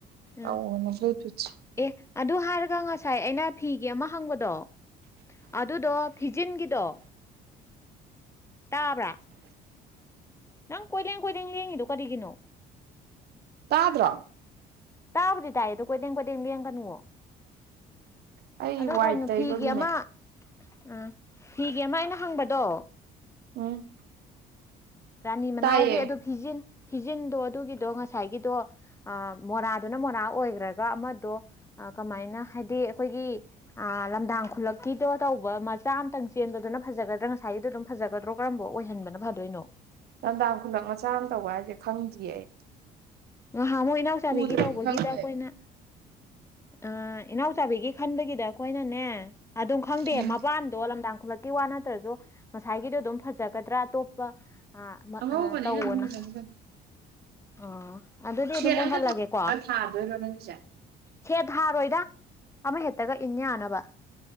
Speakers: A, on the left; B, on the right.
A: ꯎꯝ
B: ꯑꯧꯅ ꯑꯗꯨꯠꯁꯦ
A: ꯑꯦ ꯑꯗꯨ ꯍꯥꯏꯔꯒ ꯉꯁꯥꯏ ꯑꯩꯅ ꯐꯤꯒꯤ ꯑꯃ ꯍꯪꯕꯗꯣ ꯑꯗꯨꯗꯣ ꯐꯤꯖꯤꯟꯒꯤꯗꯣ ꯇꯥꯕ꯭ꯔꯥ ꯅꯪ ꯀꯣꯏꯂꯦꯡ ꯀꯣꯏꯂꯦꯡ ꯂꯡꯉꯤꯗꯣ ꯀꯔꯤꯒꯤꯅꯣ
B: ꯇꯥꯗ꯭ꯔꯣ
A: ꯇꯥꯕꯗꯤ ꯇꯥꯏ ꯑꯗꯨ ꯀꯣꯏꯗꯦꯡ ꯀꯣꯏꯗꯦꯡ ꯂ ꯌꯦꯡ ꯀꯅꯨ
B: ꯑꯩ
A: ꯑꯗꯣ
B: ꯋꯥꯏꯠ
A: ꯀꯩꯅꯣ
B: ꯇꯩꯕꯒꯤꯅꯦ
A: ꯐꯤꯒꯤ ꯑꯃ ꯎ ꯐꯤꯒꯤ ꯑꯃ ꯑꯩꯅ ꯍꯪꯕꯗꯣ
B: ꯎꯝ
A: ꯔꯥꯅꯤ ꯃꯅꯥꯎꯒꯤ
B: ꯇꯥꯏꯌꯦ
A: ꯑꯗꯨ ꯐꯤꯖꯤꯟ ꯐꯤꯖꯤꯟꯗꯣ ꯑꯗꯨꯒꯤꯗꯣ ꯉꯁꯥꯏꯒꯤꯗꯣ ꯑ ꯃꯣꯔꯥꯗꯨꯅ ꯃꯣꯔꯥ ꯑꯣꯏꯈ꯭ꯔꯒ ꯑꯃꯗꯣ ꯀꯃꯥꯏꯅ ꯍꯥꯏꯗꯤ ꯑꯩꯈꯣꯏꯒꯤ ꯑ ꯂꯝꯗꯥꯡ ꯈꯨꯂꯛꯀꯤꯗꯣ ꯇꯧꯕ ꯃꯆꯥ ꯑꯃꯇꯪ ꯆꯦꯟꯕꯗꯨꯅ ꯐꯖꯒꯗ꯭ꯔꯥ ꯉꯁꯥꯏꯒꯤꯗ ꯑꯗꯨꯝ ꯐꯖꯒꯗ꯭ꯔꯣ ꯀꯔꯝꯕ ꯑꯣꯏꯍꯟꯕꯅ ꯐꯥꯗꯣꯏꯅꯣ
B: ꯂꯝꯗꯥꯡ ꯈꯨꯂꯛ ꯃꯆꯥ ꯑꯃ ꯇꯧꯕ ꯍꯥꯏꯁꯦ ꯈꯪꯗ꯭ꯔꯤꯌꯦ ꯑꯩ
A: ꯉꯥꯏꯍꯥ ꯑꯃꯨꯛ ꯏꯅꯥꯎꯆꯥꯕꯤꯒꯤ
B: ꯎꯗ꯭ꯔꯗꯤ
A: ꯇꯧꯕꯒꯤꯗ
B: ꯈꯪꯉꯣꯏ
A: ꯑꯩꯈꯣꯏꯅ ꯑ ꯏꯅꯥꯎꯆꯥꯕꯤꯒꯤ ꯈꯟꯕꯒꯤꯗ ꯑꯩꯈꯣꯏꯅꯅꯦ ꯑꯗꯨꯝ ꯈꯪꯗꯦ
B: ꯎꯝ
A: ꯃꯄꯥꯟꯗꯣ ꯂꯝꯗꯥꯡ ꯈꯨꯂꯦ ꯀꯤ ꯋꯥ ꯅꯠꯇ꯭ꯔꯁꯨ ꯉꯁꯥꯏꯒꯤꯗꯣ ꯑꯗꯨꯝ ꯐꯖꯒꯗ꯭ꯔꯥ ꯑꯇꯣꯞꯄ
B: ꯑꯉꯧꯕꯅꯤꯅ
A: ꯑ ꯇꯧꯑꯣꯅ
B: ꯑꯗꯨꯝ ꯐꯖꯕꯅꯤ
A: ꯑꯥ ꯑꯗꯨꯗꯤ ꯑꯗꯨꯝ
B: ꯁꯦꯠ
A: ꯃꯣꯏꯍꯜꯂꯒꯦꯀꯣ
B: ꯑꯝꯇ ꯊꯥꯗꯣꯏꯔꯣ ꯅꯪꯒꯤꯁꯦ
A: ꯁꯦꯠ ꯊꯔꯣꯏꯗ ꯑꯃꯍꯦꯛꯇꯒ ꯏꯟ ꯌꯥꯅꯕ